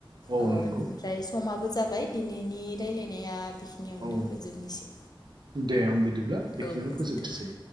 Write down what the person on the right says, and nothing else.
औ
नंगौ
औ
दे आं बिदिब्ला बेखिनियावनो
फोजोबथोसै